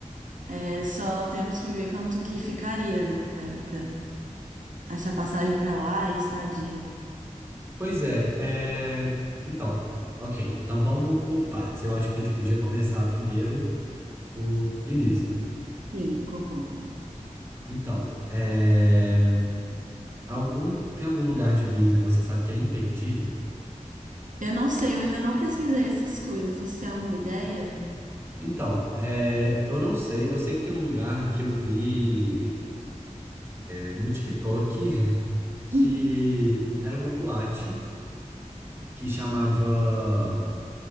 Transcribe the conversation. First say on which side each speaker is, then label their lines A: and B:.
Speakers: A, on the right; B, on the right.
A: É, só temos que ver quanto que ficaria, né, pra, pra achar passagem pra lá e estadia.
B: Pois é, é... Então, ok. Então vamos por partes. Eu acho que a gente podia começar primeiro por Ibiza.
A: Sim, concordo.
B: Então, é... algum... tem algum lugar de Ibiza que você sabe que é imperdível?
A: Eu não sei, eu ainda não pesquisei essas coisas. Você tem alguma ideia?
B: Então, é... eu não sei. Eu sei que tem um lugar que eu vi é, no TikTok <laughs> que
A: <laughs>
B: era uma boate que chamava.